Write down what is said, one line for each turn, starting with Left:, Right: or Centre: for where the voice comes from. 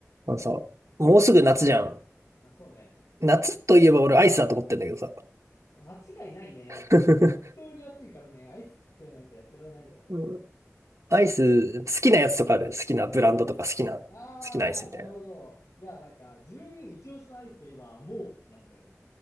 Right: あのさ、もうすぐ夏じゃん。
Left: うん。あ、そうね。
Right: 夏といえば俺アイスだと思ってんだけどさ。
Left: 間違いないね。
Right: <laughs>
Left: 本当に暑いからね、アイス食ってやらないとやってられないよね。
Right: うんアイス、好きなやつとかある好きなブランドとか好きな、好きなアイスみたいな。
Left: ああ、なるほど。いや、なんか、自分一押しのアイスといえば、もうなんだよね。